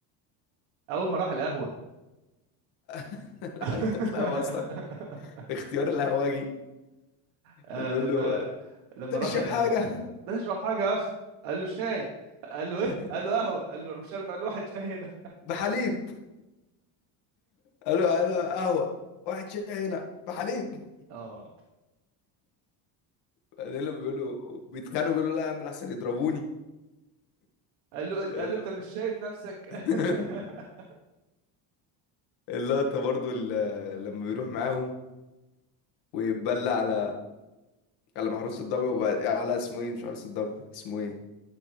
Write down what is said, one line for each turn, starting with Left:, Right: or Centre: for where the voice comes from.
Right: اول ما راح القهوة
Left: <laughs> لا
Right: <laughs>
Left: ده تتلاقوا اصلا اختيار القهوجي
Right: آه،
Left: بيقول
Right: لما
Left: له
Right: لما راح
Left: تشرب
Right: القهوة
Left: حاجة
Right: ده اشرب حاجة يا اخ قال له شاي قال له ايه
Left: <laughs>
Right: قال له قهوة قال له مش عارف قال له واحد شاي هنا
Left: بحليب قال له قال له قهوة واحد شاي هنا بحليب
Right: <laughs> اه
Left: بعدين لما بيقول له بيتخانقوا بيقول له لا يا عم احسن يضربوني
Right: قال له قال
Left: قال
Right: له انت
Left: له
Right: مش شايف نفسك <laughs>
Left: <laughs> اللقطة برضو ال- لما بيروح معاهم ويتبلى على على محروس الضبع وبعد على اسمه ايه مش محروس الضبع اسمه ايه